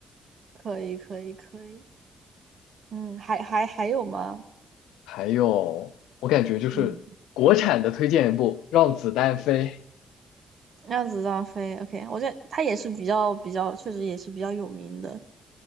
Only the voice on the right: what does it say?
可以，可以，可以。嗯，还还还有吗？
嗯，让子弹飞。OK，我觉得他也是比较比较，确实也是比较有名的